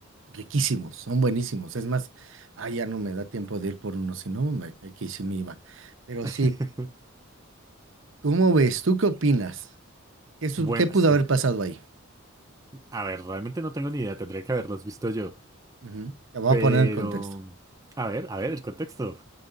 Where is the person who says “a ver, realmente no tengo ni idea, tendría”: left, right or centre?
Right